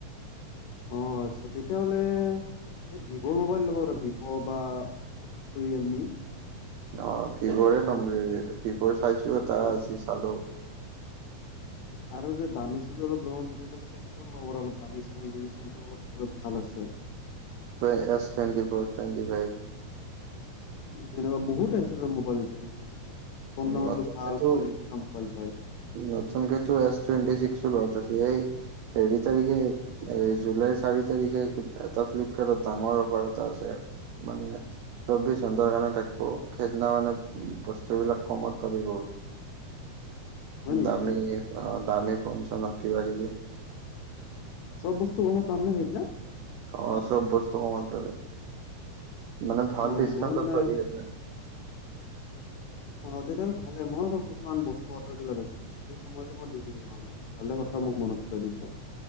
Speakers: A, on the left; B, on the right.
A: অ', আচ্ছা তেতিয়াহ'লে, এই ভিভ'ৰ মোবাইল ল'ব পাৰা ভিভ' বা ৰিয়েলমি।
B: অ' ভিভ'ৰে ল'ম বুলি আছোঁ ভিভ'ৰ চাইছোঁ এটা
A: বাচ
B: আজি চালোঁ।
A: আৰু যে দামি <unintelligible> চেমচং ল'ব পাৰে অলপ দামী চামী যদি চেমচং <unintelligible> ভাল আছে।
B: ধৰ S twenty four twenty five.
A: <unintelligible> সেনেকুৱা বহুত আছে তাৰ মোবাইল এতিয়া নতুন, কম দামত
B: নতুনকেতো
A: ভাল কোৱালিটি থাকা মোবাইল পায়।
B: নতুনকেতো এছ টুৱেণ্টি চিক্স লঞ্চ হৈছে সেই হেৰি তাৰিখে এই জুলাইৰ চাৰি তাৰিখে এটা ফ্লিপকাৰ্টত ডাঙৰ অফাৰ এটা আছে মানে। চৌব্বিছ ঘণ্টাৰ কাৰণে থাকপো, সেইদিনা মানে বস্তুবিলাক কমত পাবি বহুত।
A: হয় নেকি?
B: দামী অ' দামী ফোন চোন হক কিবা কিবি।
A: চব বস্তু <unintelligible> পামনে সিদনা।
B: অ' চব বস্তু কমত পাবি, মানে ভাল
A: অ'
B: ডিছকাউণ্টত
A: মই মানে
B: পাবি সিদিনা।
A: অ' তেতিয়াহ'লে ভালে মই অলপ কিছুমান বস্তু অৰ্ডাৰ দিব লাগিছিল সেইটো সময়তো মই দি দিম নহ'লে ভালে কথা মোক মনত পেলাই দিছা।